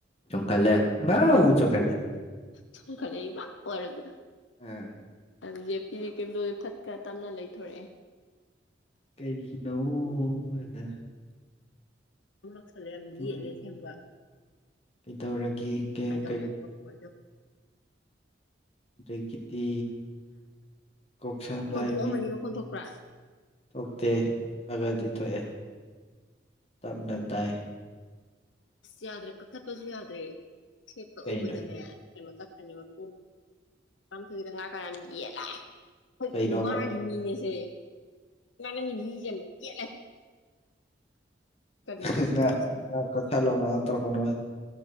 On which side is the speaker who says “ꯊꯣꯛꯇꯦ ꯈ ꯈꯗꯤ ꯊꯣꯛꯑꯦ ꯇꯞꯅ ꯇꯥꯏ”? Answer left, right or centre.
Left